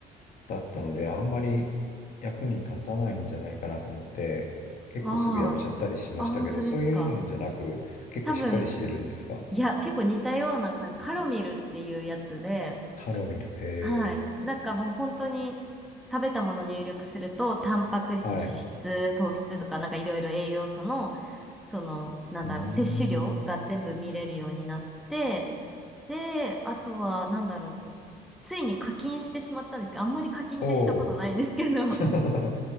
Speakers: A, on the left; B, in the centre.
A: だったので、あんまり役に立たないんじゃないかなと思って、結構すぐやめちゃったりしましたけど、
B: あ、はい。あ、本当ですか。
A: そういうのじゃなく、結構しっかりしてるんですか
B: 多分、いや、結構似たような感じ。カロミルっていうやつで、
A: ハロミル。へえ。
B: はい。なんかもう本当に食べたもの入力すると、タンパク質、
A: はい。
B: 脂質、糖質とか、なんかいろいろ栄養素の、その、なんだろう、
A: うーん。
B: 摂取量が全部見れるようになって、で、あとは、なんだろう、ついに課金してしまったんですけど、あんまり課金ってしたことないんですけど、
A: おお。<laughs>